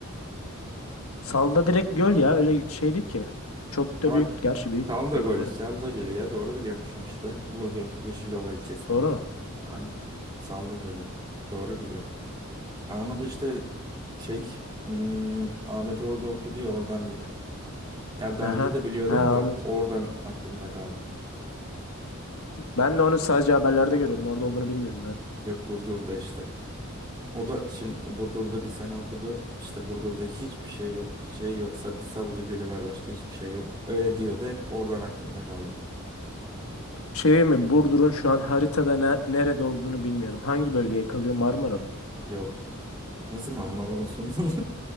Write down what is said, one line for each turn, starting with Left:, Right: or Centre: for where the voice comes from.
Left: Salda direkt göl ya. Öyle şeydi ki. Çok da
Right: Ama
Left: büyük.
Right: Bak
Left: Gerçi büyük
Right: Salda
Left: göl
Right: Gölü,
Left: olarak.
Right: Salda Gölü ya doğru biliyormuşum işte. Burdur Yeşilova ilçesinde.
Left: Doğru mu?
Right: Aynen. Salda Gölü. Doğru biliyorum. Ya onu da işte şey hmm, Ahmet orada okudu ya oradan biliyorum. Ya daha
Left: Aha.
Right: önce de biliyordum
Left: Ha
Right: da
Left: Ahmet.
Right: oradan aklımda kaldı.
Left: Ben de onu sadece haberlerde görüyordum. Orada olduğunu bilmiyordum ha.
Right: Yok Burdur'da işte. O da şimdi Burdur'da bir sene okudu. İşte Burdur'da hiçbir şey yok. Şey yoksa bir Salda Gölü var başka hiçbir şey yok. Öyle diyordu hep oradan aklımda kaldı.
Left: Şey mi? Burdur'un şu an haritada ne- nerede olduğunu bilmiyorum. Hangi bölgeye kalıyor? Marmara mı?
Right: Yok. Nasıl Marmara olsun? <laughs>